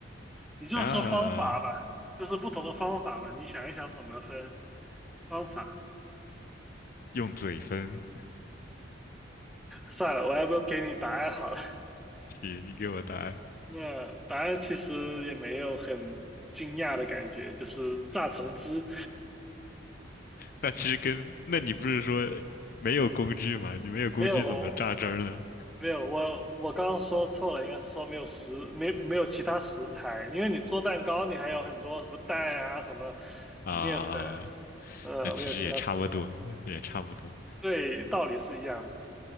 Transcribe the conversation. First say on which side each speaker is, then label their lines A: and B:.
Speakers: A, in the centre; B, on the left.
A: 你就说方法吧，
B: 那、
A: 就是不同的方法吧，你想一想怎么分方法。
B: 用嘴分，
A: 算了，我要不要给你答案好了。<laughs>
B: 你你给我答案。
A: 那答案其实也没有很惊讶的感觉，就是榨橙汁，
B: 那其实跟，那你不是说没有工具吗？你没有工具怎么榨汁儿呢？
A: 没有没有，我我刚刚说错了，应该是说没有食没没有其他食材，因为你做蛋糕你还有很多什么蛋啊什么
B: 啊，
A: 面粉，呃，
B: 那其实也差不多，
A: 没有其他食材。
B: 也差不多。
A: 对，道理是一样的。